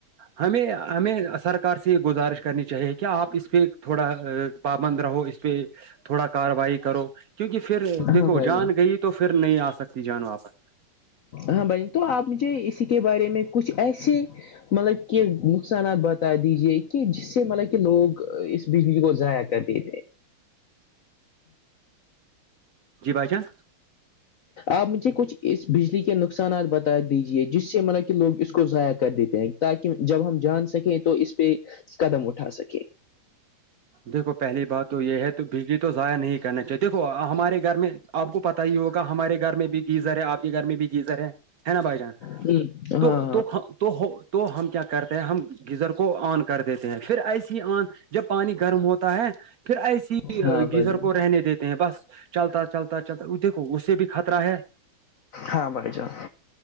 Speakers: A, on the right; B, on the left.
A: ہمیں ہمیں سرکار سے یہ گزارش کرنی چاہیے کیا آپ اس پہ تھوڑا پابند رہو اس پہ تھوڑا کاروائی کرو کیونکہ پھر دیکھو
B: ہاں بھائی
A: جان گئی تو پھر نہیں آ سکتی جان واپس
B: ہاں بائی تو آپ مجھے اسی کے بارے میں کچھ ایسے مطلب کہ نقصانات بتا دیجیے کہ جس سے مطلب کہ لوگ اس بجلی کو ضائعق ربے
A: جی بھائی چان
B: آپ مجھے کچھ اس بجلی کے نقصانات بتا دیجیے جس سے مطلب کہ لوگ اس کو ضائع کر دیتے ہیں تاکہ جب ہم جان سکیں تو اس پہ قدم اٹھا سکیں
A: دیکھو پہلی بات تو یہ ہے تو بجلی تو ضائع نہیں کرنا چاہیے دیکھو ہمارے گھر میں آپ کو پتا ہی ہوگا ہمارے گھر میں ب گیزر ہے آپ کے گھر میں بھی گیزر ہے ہے نا بھائی جان
B: ہاں
A: تو تو ہو تو ہم کیا کرتے ہیں ہم گیزر کو آن کر دیتے ہیں پھر ایسے ہی آن جب پانی کی گرم ہوتا ہے پھر ایسی
B: ہاں ہاں
A: گیزر
B: بھائی جان
A: کو رہنے دیتے ہیں بس چلتا چلتا چلتا دیکھو اس سے بھی خطرہ ہے
B: ہاں بھائی جان